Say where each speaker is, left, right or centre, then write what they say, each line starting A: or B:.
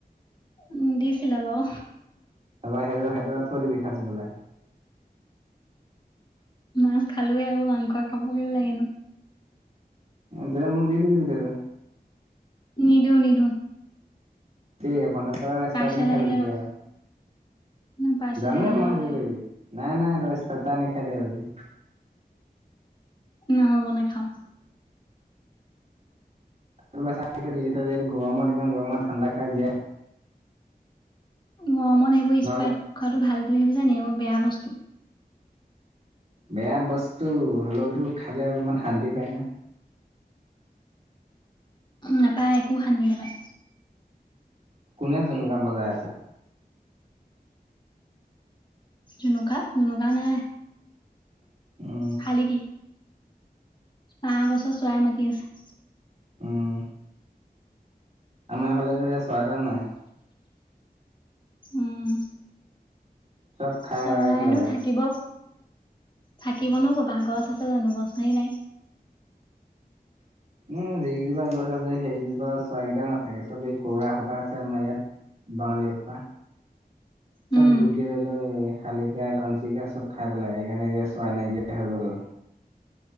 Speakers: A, on the left; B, on the right.
A: উম দিছিলে বাও।
B: আৰু <unintelligible> সেইটোত থৈ দিবি সাঁচি পেলাই।
A: মাছ খালোৱে আকৌ মাংস খাবগে লাগেনো।
B: দে মোক দি দিবি গোটেইটো।
A: নিদিও, নিদিও।
B: কি পঞ্চাছ টকা এক্সপাৰ
A: পাৰ্চেল
B: নি খাবি
A: আহিলে
B: তেতিয়া
A: ল'ব
B: আকৌ।
A: ন পাৰ্চেল
B: জানোৱে
A: আহিলে
B: মই
A: ল'ব
B: সেইটো
A: লাগিব
B: কৰিবি। নাই, নাই তই স্প্ৰাইট এটা আনি খাই দে আজি।
A: নহ'ব নাখাওঁ।
B: তই <unintelligible> থৈ দিলি তই যদি গৰমত ইমান গৰমত ঠাণ্ডা খাই জিয়াই
A: গৰমত সেইবোৰ
B: নহ'লে
A: স্প্ৰাইট খোৱাটো ভাল বুলি ভাবিছা নি? এইবোৰ বেয়া বস্তু।
B: বেয়া বস্তু হ'লেওতো খালে অকমান শান্তি পায় না।
A: নাপায় একো শান্তি নাপায়।
B: কোনে জুনুকা বজাই আছে?
A: জুনুকা? জুনুকা নাই।
B: <unintelligible>
A: শালিকি আহ গছৰ চৰাই মাতি আছে।
B: উহ। আমাৰ এইফালে এতিয়া চৰাই এটাও নাই।
A: উম
B: চব খাই
A: চৰাইনো
B: এৰাকে পেলালে।
A: থাকিব থাকিবনো ক পা? গছ আছে জনো? গছে নাই।
B: উম যি কিজোপা গছ আছে সেইকেইজোপাত চৰাইকিটা নাথাকে। চব এই কৰুৱা সোপা আছে আমাৰ ইয়াত। বাঙালী সোপা।
A: উম
B: চব গুলটি লৈ লৈ শালিকা, ঘনচিৰিকা চব খাই পেলায়। সেইকাৰণে এতিয়া চৰাই নাইকিয়া হৈ গ'ল।